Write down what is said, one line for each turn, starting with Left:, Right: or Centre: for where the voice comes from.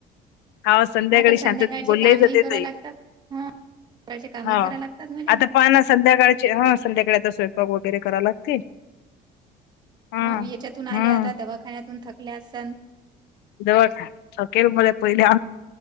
Left: हा संध्याकाळी
Right: आता संध्याकाळचे
Left: शांततेत बोलल्याही
Right: कामही
Left: जाते
Right: करा
Left: ताई.
Right: लागतात हा सकाळचे कामही
Left: हो
Right: करा लागतात मला
Left: आता पाना संध्याकाळचे हा... संध्याकाळीचा स्वयंपाक वगैरे करा लागते. हम्म
Right: ह याच्यातून आल्या
Left: हम्म
Right: आता दवाखान्यातून थकल्या असान.
Left: दवा <unintelligible> मला पहिले